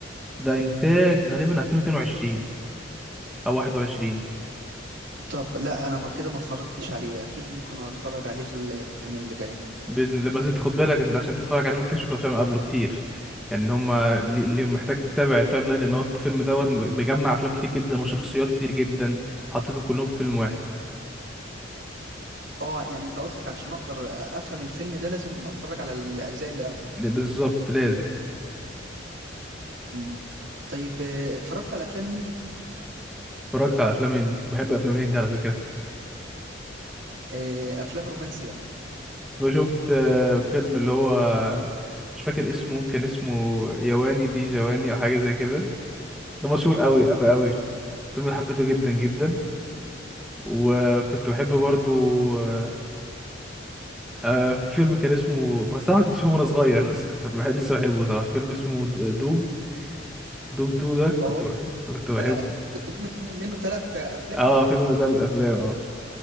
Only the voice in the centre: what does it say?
ده انتاج غالبا 2022 او 21
باذن الله بس انت خد بالك انت عشان تتفرج عليه محتاج تشوف افلام قبله كتير يعني اللي هم اللي محتاج تتابع التايم لاين لان هو الفيلم دوت بيجمع افلام كتير جدا وشخصيات كتير جدا حطيتهم كلهم في فيلم واحد
ل- بالظبط لازم
اتفرجت على افلام هندي وبحب افلام هندي على فكره
وشفت آه، فيلم اللي هو مش فاكر اسمه كان اسمه يواني دي جواني او حاجه زي كده ده مشهور قوي
قوي قوي الفيلم ده حبيته جدا جدا وكنت بحب برضو آه، آه في فيلم كان اسمه بس انا كنت بشوفه وانا صغير بس كنت بحب... لسه بحبه صراحه فيلم اسمه د- دوم دوم 2 ده كنت
بحب... كنت بحب
اه فيلم منه ثلاث افلام اه